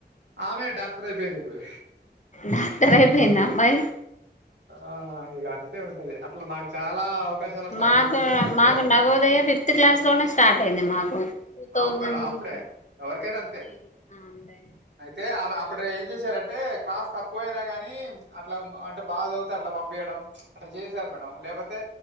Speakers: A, on the right; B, on the left.
A: ఆమెడాక్టర్ అయిపోయింది ఇప్పుడు
B: డాక్టర్ అయిపోయిందా అమ్మాయి
A: ఆ ఇది అంతే ఉంటది అట్లా నాకు చాలా అవకాశాలు అట్లా
B: మాకు
A: అట్లా మిస్ అయినా అంటే
B: మాకు నవోదయ ఫిఫ్త్ క్లాస్ లోనే స్టార్ట్ అయింది మాకు ఆ టూ థౌసండ్
A: అవును మేడం అప్పుడే
B: <inaudible>
A: ఎవరికైనా అంతే
B: అంటే
A: అయితే ఆమె అప్పుడు ఏం చేశారంటే క్లాస్ తక్కువ అయినా గాని అట్లా అంటే బాగచదివితే అట్లా పంపీయడం అ చేసారు మేడం లేకపోతే